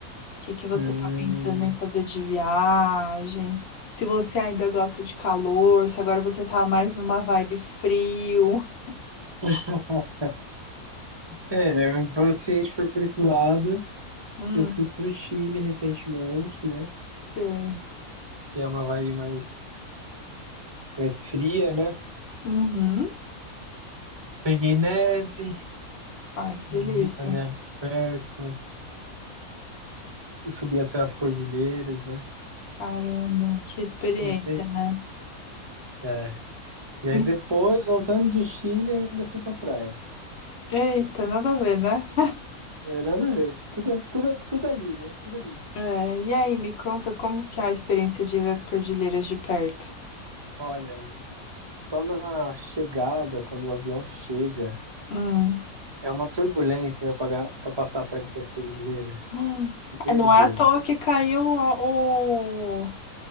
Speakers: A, on the left; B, on the right.
A: que que você
B: Hum.
A: tá pensando em fazer de viagem? Se você ainda gosta de calor, se agora você tá mais numa vibe frio.
B: <laughs> É, vamos se a gente for por esse lado,
A: Hum,
B: eu fui pro Chile recentemente, né?
A: sei.
B: Que é uma vibe mais, mais fria, né?
A: Uhum.
B: Peguei neve,
A: Ai, que
B: vi
A: delícia.
B: a neve perto, subi até as cordilheiras, né?
A: Caramba, que experiência,
B: Bem legal.
A: né?
B: É. E aí
A: Me-
B: depois, voltando do Chile, ainda fui pra praia.
A: Eita, nada a ver, né?
B: É, nada a ver. Tudo, tudo, tudo ali, né? Tudo ali.
A: É, e aí, me conta como que é a experiência de ver as cordilheiras de perto?
B: Olha, só na chegada, quando o avião chega.
A: Hum.
B: É uma turbulência para passar perto dessas cordilheiras.
A: Hum.
B: Meu
A: É, não
B: Deus.
A: é à toa que caiu o, o,